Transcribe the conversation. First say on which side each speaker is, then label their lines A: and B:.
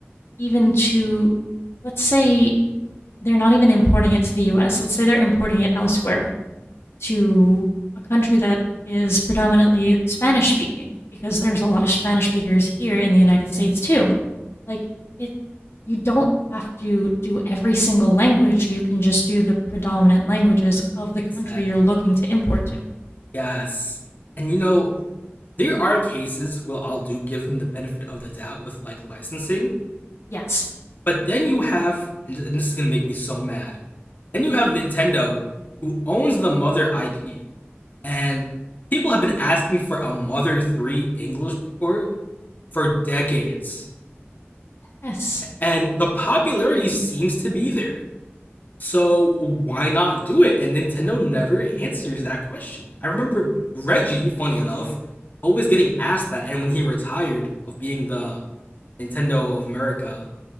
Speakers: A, on the left; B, on the left.
A: even to, let's say they're not even importing it to the US. Let's say they're importing it elsewhere to a country that is predominantly Spanish speaking because there's a lot of Spanish speakers here in the United States too. Like it you don't have to do every single language. You can just do the predominant languages
B: <laughs>
A: of the
B: exactly.
A: country you're looking to import to.
B: Yes. And you know, there are cases where I'll do give them the benefit of the doubt with like licensing,
A: Yes.
B: But then you have, and this is gonna make me so mad. Then you have Nintendo, who owns the Mother IP, and people have been asking for a Mother 3 English port for decades,
A: Yes.
B: and the popularity seems to be there. So why not do it? And Nintendo never answers that question. I remember Reggie, funny enough, always getting asked that, and when he retired of being the Nintendo of America